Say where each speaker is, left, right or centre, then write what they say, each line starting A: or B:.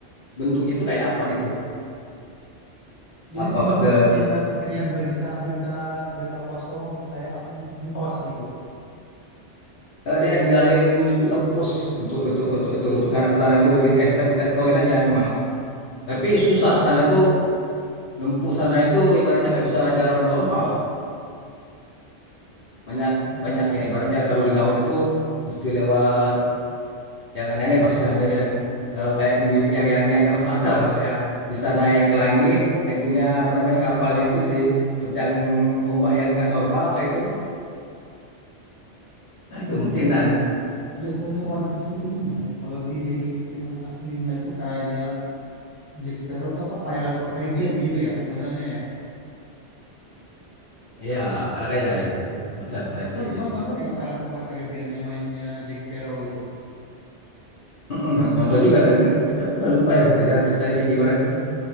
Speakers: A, on the left (about 55°); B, on the left (about 25°).
A: bentuk itu kayak apa gitu.
B: Jadi
A: Apa
B: semuanya
A: ke
B: itu hanya hanya berita-berita berita kosong gitu kayak apa namanya mitos gitu.
A: Eh, dia ninggalin lepus untuk untuk untuk untuk, untuk ke arah ke sana itu dikasih dikasih koordinatnya memang. Tapi susah ke sana itu nempuh sana itu ibaratnya nggak bisa jalan normal. Banyak
B: Hmm.
A: banyak ya ibaratnya kalau di laut itu mesti lewat yang aneh-aneh pasti ada yang eh, kayak ni- yang yang yang nggak masuk akal lah masuk ya. Bisa naik ke langit, itunya apa namanya kapalnya itu diterjang ombak yang nggak normal itu. Nah,
B: Oh,
A: itu
B: berarti
A: mungkinan.
B: jat- jatuhnya One Piece ini ini Mas ya. Kalau di film aslinya tuh kayak Jack Sparrow tuh apa Pirates of Caribbean gitu ya modelnya ya.
A: Iya, Ya, kayak ya ya, bisa bisa
B: Mas nonton,
A: kayak gitu.
B: mas nonton nggak Pirates of Caribbean yang mainnya Jack Sparrow itu?
A: Mm-mm, nonton juga tapi nggak apa, apa lupa ya kerjaan ceritanya kayak gimana itu